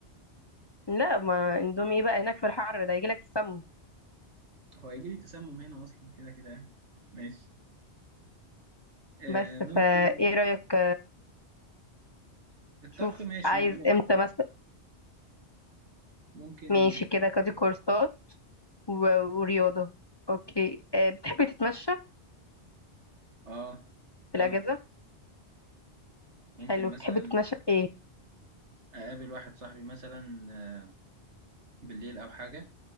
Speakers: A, on the left; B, on the right.
A: لا ما اندومي ايه بقى هناك في الحر ده يجي لك تسمم
B: هو هيجي لي تسمم هنا اصلا كده كده يعني. ماشي آه
A: بس
B: ممكن
A: فايه رأيك
B: الطبخ
A: شوف
B: ماشي
A: عايز
B: م- م-
A: امتى مثلا
B: ممكن
A: ماشي كده كادي كورسات و- ورياضة اوكي آه، بتحبي تتمشى
B: اه
A: في
B: قوي
A: الأجازة
B: ممكن
A: حلو
B: مثلا
A: بتحبي تتمشى في ايه
B: اقابل واحد صاحبي مثلا آه، بالليل او حاجه